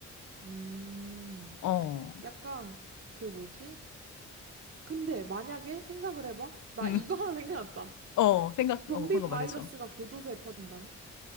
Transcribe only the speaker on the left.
어,
음,
어, 생각,
어, 방금
말해줘.